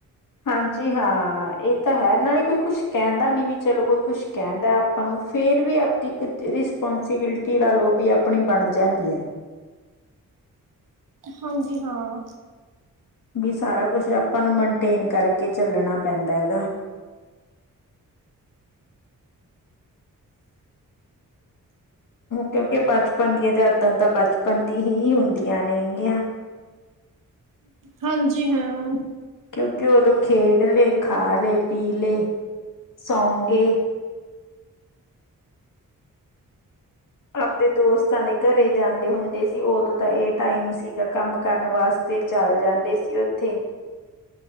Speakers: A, on the left (about 70°); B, on the right (about 70°).
A: ਹਾਂਜੀ ਹਾਂ ਇਹ ਤਾਂ ਹੈ ਨਾਲੇ ਕੋਈ ਕੁਛ ਕਹਿੰਦਾ ਨੀਂ ਵੀ ਚਲੋ ਕੋਈ ਕੁਛ ਕਹਿੰਦਾ। ਆਪਾਂ ਨੂੰ ਫੇਰ ਵੀ ਆਪਦੀ ਇੱਕ ਰਿਸਪੋਂਸੀਬਿਲਿਟੀ ਲਾ ਲਓ ਵੀ ਆਪਣੀ ਬਣ ਜਾਂਦੀ ਹੈ।
B: ਹਾਂਜੀ ਹਾਂ।
A: ਵੀ ਸਾਰਾ ਕੁਛ ਆਪਾਂ ਨੂੰ ਮਨਟੇਨ ਕਰਕੇ ਚੱਲਣਾ ਪੈਂਦਾ ਗਾ। ਕਿਉਂਕਿ ਬਚਪਨ ਦੀਆਂ ਯਾਦਾਂ ਤਾਂ ਬਚਪਨ ਦੀ ਹੀ ਹੁੰਦੀਆਂ ਨੇ ਗੀਆਂ।
B: ਹਾਂਜੀ ਹਾਂ।
A: ਕਿਉਂਕਿ ਉਦੋਂ ਖੇਡ ਲਏ ਖਾ ਲਏ ਪੀ ਲਏ ਸੌਂ ਗਏ। ਆਪਦੇ ਦੋਸਤਾਂ ਦੇ ਘਰੇ ਜਾਂਦੇ ਹੁੰਦੇ ਸੀ ਉਦੋਂ ਤਾਂ ਇਹ ਟਾਈਮ ਸੀਗਾ ਕੰਮ ਕਰਨ ਬਸ। ਤੇ ਚੱਲ ਜਾਂਦੇ ਸੀ ਉੱਥੇ।